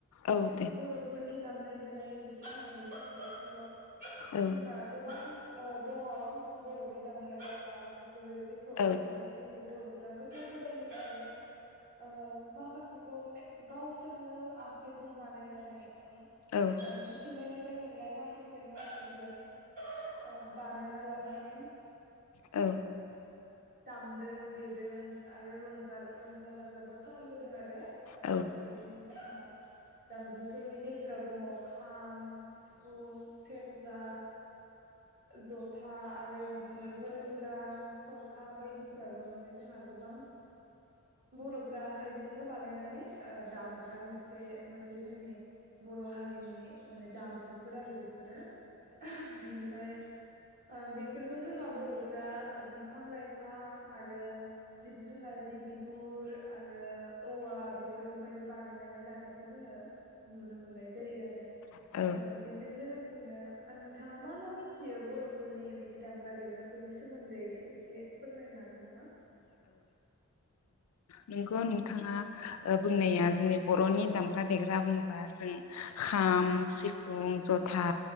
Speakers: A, on the left; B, on the right.
A: औ दे
B: बर'फोरनि दाम दामनाय देनाय बिदि होननानै बुङोबथ'
A: औ
B: जोंना गोबां ओ दङ बर'नि दामग्रा देग्रा आगजु फोर जेखौ
A: औ
B: ओ जोंनि बर' फोरा गोदो गोदायनिफ्रायनो ओ माखा सेखौ माने गावसोरनो आखाइजों बानायनानै। बा ओ
A: औ
B: मिथिंगानि फ्राय मोननाय माखासे मुवफोरजों ओ बानायना ला मानि
A: औ
B: दामदों देदों आरो रंजा रंजा बाजाबो खालामबोदों आरो ओ
A: औ
B: बिदिनो जोंहा दामजुफोरनि गेजेराव दङ खाम सिफुं सेरजा जथा आर रो बिदिनो गंगोना ना थरखा बायदिफोराबो माने जोंहा गोबां बर'फ्रा आखाइजोंनो बानाय नानै ओ दामग्रा मोनसे मोनसे जोंनि बर'हारिनि माने दामुफोर आरो बेफोरो बेनिफ्राय ओ बेफोरखौ जोंना बर'फोरा बिफां लाइफां आरो जिब जुनारनि बिगुर आरो औवा बेफोरनिफ्रायनो बानायनानै लानायखौ जोङो नुनो मोननाय जायो आरो
A: औ औ
B: ओ बेजों लोगोसेनो नोंथाङा मा मा मिथियो बर'फोरनि बिदि दामग्रा देग्राफोरनि सोमोन्दै एसे फोरमायनो हागोन नामा?
A: नंगौ नोंथाङा ओ बुंनाया जोंनि बर'नि दामग्रा देग्रा बुङोबा जों खाम सिफुं जथा